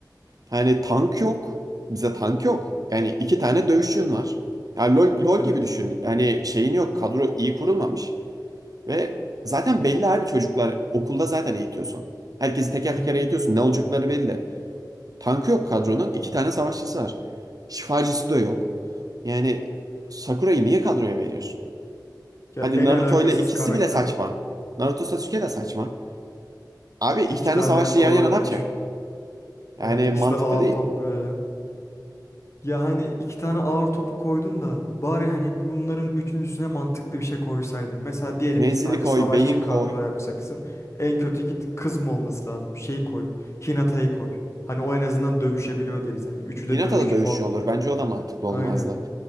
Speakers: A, on the right; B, on the left.
A: Hani tank yok. Bize tank yok. Yani iki tane dövüşçün var. Yani LoL, LoL
B: Evet.
A: gibi düşün. Yani şeyin yok. Kadro iyi kurulmamış. Ve zaten belli abi çocuklar okulda zaten eğitiyorsun. Herkesi teker
B: <laughs>
A: teker eğitiyorsun. Ne olacakları belli. Tankı yok kadronun. iki tane savaşçısı var. Şifacısı da yok. Yani Sakura'yı niye kadroya veriyorsun?
B: Ya
A: Hadi
B: en
A: Naruto
B: alakasız
A: ile ikisi
B: karakter.
A: bile saçma. Naruto Sasuke de saçma. Abi iki
B: İki
A: tane
B: tane
A: savaşçı
B: ağır
A: yan yana
B: güç.
A: ne yapacak? Yani
B: Evet ikisi
A: mantıklı
B: de ağır
A: değil.
B: top böyle. Ya hani iki tane ağır topu koydun da bari hani bunların üçüncüsüne mantıklı bir şey koysaydın. Mesela diyelim
A: Menzili
B: ki sadece
A: koy,
B: savaşçı
A: beyin
B: kadro
A: koy.
B: yapacaksın. En kötü git kız mı olması lazım? Şeyi koy. Hinata'yı koy. Hani o en azından dövüşebiliyor deriz. Hani üçü de
A: Hinata
B: dövüşçü
A: da dövüşüyor
B: falan olur.
A: olur. Bence o da mantıklı olmazdı.
B: Aynen.